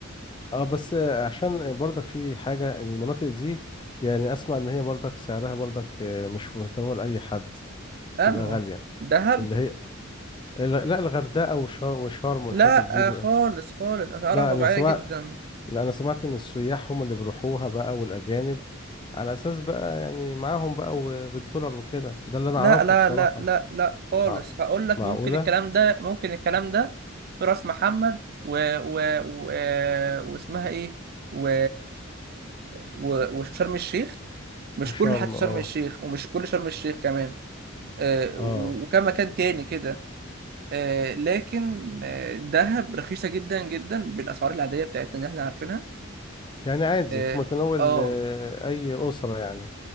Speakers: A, on the left; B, on the right.
A: اه بس عشان برضك في حاجة المناطق دي يعني اسمع ان هي برضك سعرها برضك آه، مش في متناول اي حد
B: انهو
A: تبقى غالية
B: دهب
A: اللي هي لا لا، الغردقة وشرم وشرم والحتت
B: لا
A: دي بقى
B: آه، خالص خالص اسعارها
A: لا
B: طبيعيه
A: انا سمعت
B: جدا
A: لا انا سمعت ان السياح هم اللي بيروحوها بقى والاجانب على اساس بقى يعني معاهم بقى وبالدولار وكده ده اللي انا
B: لا
A: اعرفه
B: لا
A: بصراحة
B: لا لا لا خالص
A: مع...
B: هقول لك
A: معقولة
B: ممكن الكلام ده ممكن الكلام ده في راس محمد و... و... و... واسمها ايه و... و... وشرم الشيخ مش
A: وشرم
B: كل حتى شرم
A: اه
B: الشيخ ومش كل شرم الشيخ كمان آه،
A: اه
B: وكم مكان تاني كده آه، لكن آه، الذهب رخيصة جدا جدا بالأسعار العادية بتاعتنا اللي احنا عارفينها
A: يعني عادي
B: اه
A: في متناول
B: آه،
A: آه، اي اسرة يعني